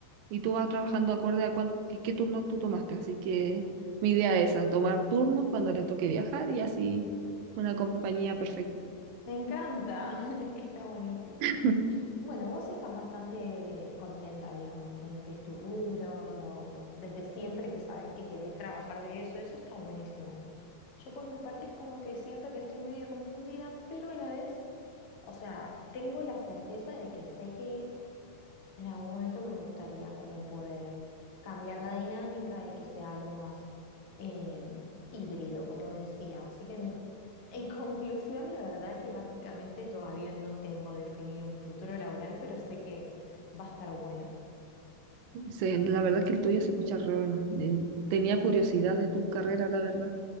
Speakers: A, on the right (about 80°); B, on the left (about 50°).
A: y tú vas trabajando acorde a cuán- qué, qué turnos tú tomaste. Así que mi idea es esa, tomar turnos cuando le toque viajar y así una compañía perfecta.
B: Me encanta, <laughs> está buenísimo.
A: <laughs>
B: Bueno, vos estás bastante contenta, digamos, con lo que es tu rubro, lo, desde siempre que sabes que querés trabajar de eso, eso está buenísimo. Yo por mi parte es como que siento que estoy medio confundida, pero a la vez, o sea, tengo la certeza de que sé que en algún momento me gustaría como poder cambiar la dinámica y que sea algo más eh, híbrido, como decía. Así que en, en <laughs> conclusión, la verdad que básicamente todavía no tengo definido mi futuro laboral, pero sé que va a estar bueno.
A: Sí, la verdad es que el tuyo se escucha re bueno. Eh, Tenía curiosidad de tu carrera, la verdad.